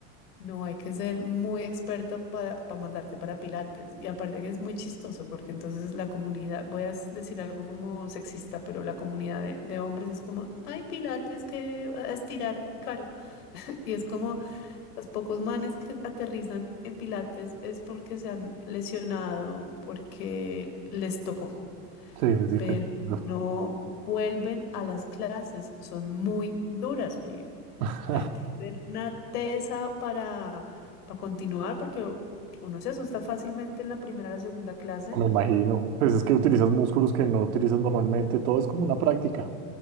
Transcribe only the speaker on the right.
Sí, sí, sí,
te entiendo.
<laughs>
Me imagino. Pues es que utilizas músculos que no utilizas normalmente. Todo es como una práctica.